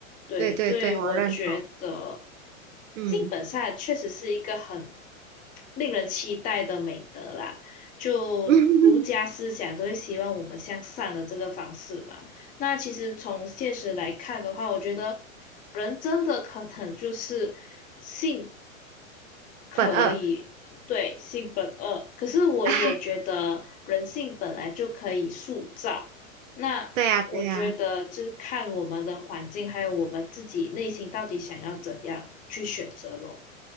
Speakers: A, on the left; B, on the right.
A: 对，
B: 对对对，
A: 所以我觉得
B: 我认同。嗯。
A: 性本善确实是一个很令人期待的美德啦。就儒家思想都会希望我们向善的这个方式嘛。
B: <laughs>
A: 那其实从现实来看的话，我觉得人真的可能就是性。可以，
B: 本二，
A: 对，性本恶。可是我也觉得人性本来就可以塑造。
B: 哎，
A: 那我觉得就是看我们的环境，
B: 对呀，对呀，
A: 还有我们自己内心到底想要怎样去选择咯。